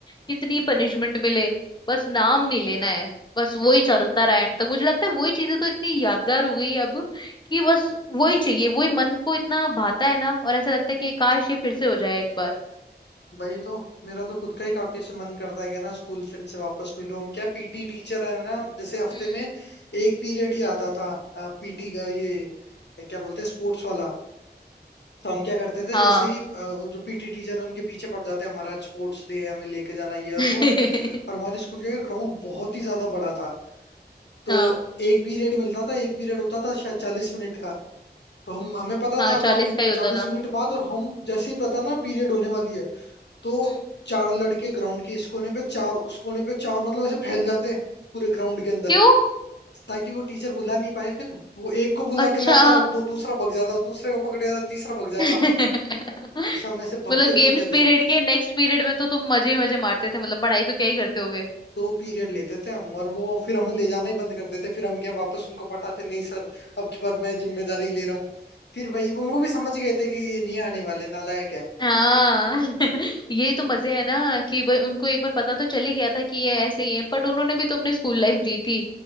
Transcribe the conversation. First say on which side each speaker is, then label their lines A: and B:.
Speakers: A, on the left; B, on the left.
A: कितनी पनिशमेंट मिले बस नाम नहीं लेना है बस वही चलता रहा एंड तक मुझे लगता है वही चीजें तो इतनी यादगार हो गई है अब कि बस वही चाहिए वही मन को इतना भाता है ना और ऐसा लगता है कि काश ये फिर से हो जाए एक बार
B: भाई तो मेरा तो खुद का ही काफी ऐसे मन करता है कि ना स्कूल फ्रेंड से वापस मिलूं हम क्या पीटी टीचर है ना जैसे हफ्ते
A: हम्म
B: में एक पीरियड ही आता था पीटी का ये क्या बोलते हैं स्पोर्ट्स वाला तो हम क्या करते थे
A: हाँ
B: जैसे ही अ, वो जो पीटी टीचर उनके पीछे पड़ जाते हैं हमारा स्पोर्ट्स डे है हमें लेके जाना ये और
A: <laughs>
B: वो और और हमारे स्कूल का ग्राउंड बहुत ही ज्यादा बड़ा था तो
A: हाँ
B: एक पीरियड मिलता था एक पीरियड होता था शायद चालीस मिनट का तो हम
A: हम्म
B: हमें पता
A: हाँ
B: था तो
A: चालीस
B: हम
A: का ही होता
B: चालीस
A: था
B: मिनट बाद और हम जैसे ही पता ना पीरियड होने वाली है तो
A: हम्म
B: चार लड़के ग्राउंड के इस कोने पे चार उस कोने पे चार मतलब ऐसे फैल जाते पूरे ग्राउंड के अंदर
A: क्यों
B: ताकि वो टीचर बुला नहीं पाए फिर वो एक को बुला
A: अच्छा
B: के लाता दो दूसरा भग जाता दूसरे को पकड़ जाता तीसरा भग जाता
A: <laughs>
B: ऐसे हम ऐसे भगते
A: मतलब गेम्स
B: फिरते
A: पीरियड
B: थे
A: के नेक्स्ट पीरियड में तो तुम मजे ही मजे मारते थे मतलब पढ़ाई तो क्या ही करते होगे
B: दो पीरियड लेते थे हम और वो फिर हमें ले जाना ही बंद कर देते फिर हम क्या वापस उनको पटाते नहीं सर अब की बार मैं जिम्मेदारी ले रहा हूँ फिर वही वो वो भी समझ गए थे कि ये नहीं आने वाले नालायक है
A: हाँ <laughs> यही तो मजे है ना कि भाई उनको एक बार पता तो चल ही गया था कि ये ऐसे ही है बट उन्होंने भी तो अपनी स्कूल लाइफ जी थी